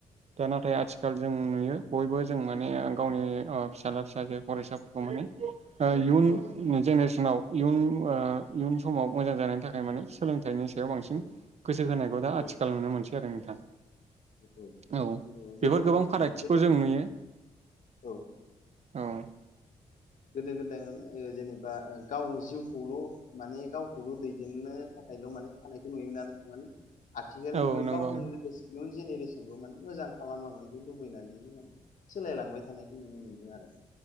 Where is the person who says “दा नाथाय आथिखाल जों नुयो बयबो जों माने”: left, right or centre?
Right